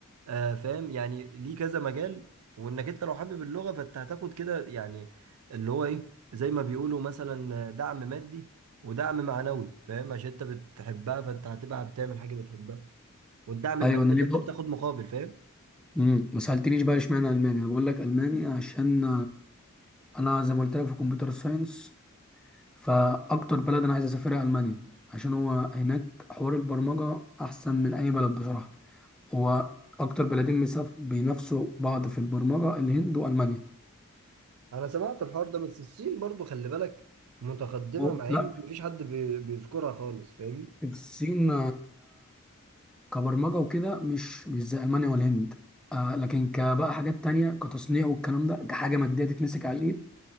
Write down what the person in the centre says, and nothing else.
ايوه انا
ليه بقى
امم ما سالتنيش بقى اشمعنى الماني انا بقول لك الماني عشان انا زي ما قلت لك في كمبيوتر ساينس فاكتر بلد انا عايز اسافرها المانيا عشان هو هناك حوار البرمجه احسن من اي بلد بصراحه هو اكتر بلدين مساف- بينافسوا بعض في البرمجه الهند والمانيا
و-
لا
الصين كبرمجة وكده مش مش زي ألمانيا والهند آه لكن كبقى حاجات تانية كتصنيع والكلام ده كحاجة مادية تتمسك على الإيد